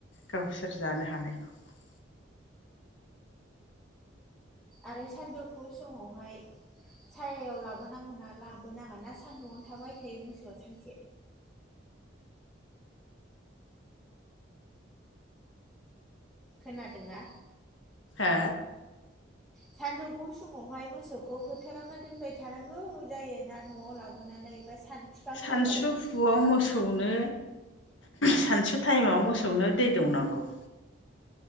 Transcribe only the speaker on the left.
गावसोर जानो हानायखौ
ओ
सानसुफुआव
मोसौनो सानसु टाइमाव मोसौनो दै दौनांगौ।